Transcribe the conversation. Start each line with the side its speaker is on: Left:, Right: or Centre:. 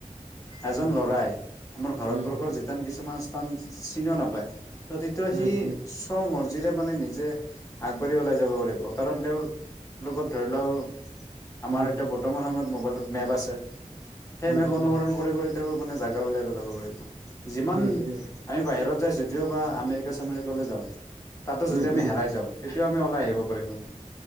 Left: এজন
Right: উম,
Left: লৰাই আমাৰ ভাৰতবৰ্ষৰ
Right: উম, উম,
Left: য কিছুমান স্থান চিনিও নাপায় ত তেতিয়া
Right: উম,
Left: সি
Right: উম,
Left: তেওঁৰ মৰ্জিৰে মানে নিজে আগবাঢ়ি ওলাই যাব পাৰিব কাৰণ তেওঁৰ লগত ধৰি লওক আমাৰ
Right: উম,
Left: এতিয়া বৰ্তমান সময়ত মোবাইলত মেপ আছে। সেই
Right: উম,
Left: মেপ অনুসৰণ
Right: উম,
Left: কৰি কৰি তেওঁ মানে জাগা উওঁলাই পেলাব পাৰিব যিমান
Right: উম, উম,
Left: আমি বাহিৰত যাই যদিওবা আমেৰিকা চেমেৰিকালৈ যাওঁ তাতো
Right: উম,
Left: যদি আমি
Right: উম,
Left: হেৰাই যাওঁ তেতিয়াও আমি ওলাই আহিব পাৰিম কিন্তু